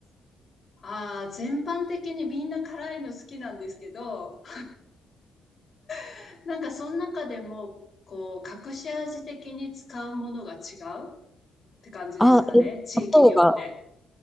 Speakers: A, on the left; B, in the centre.
A: ああ、全般的にみんな辛いの好きなんですけど、<laughs> なんかその中でも、こう、隠し味的に使うものが違うって感じですかね、
B: あ、え、例え
A: 地域によって。
B: ば、